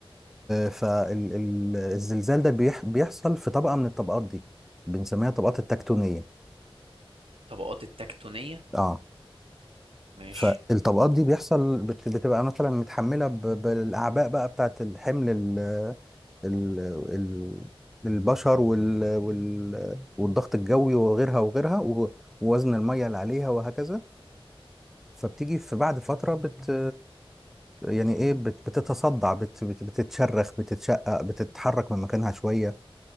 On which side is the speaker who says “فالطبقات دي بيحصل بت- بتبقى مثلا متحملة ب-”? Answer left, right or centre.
Centre